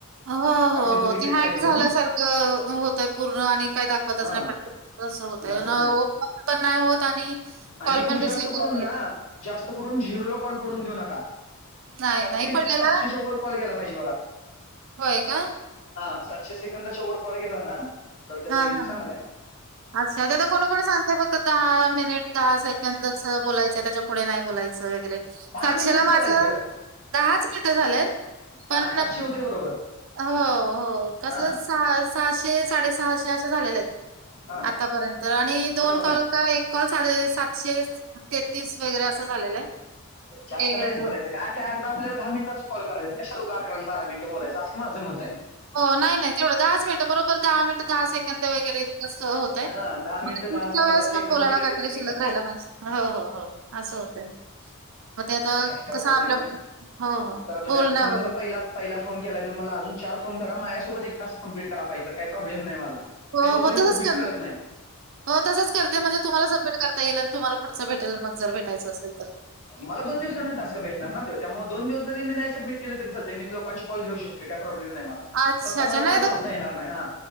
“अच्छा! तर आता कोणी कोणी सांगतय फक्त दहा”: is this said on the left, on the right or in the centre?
Right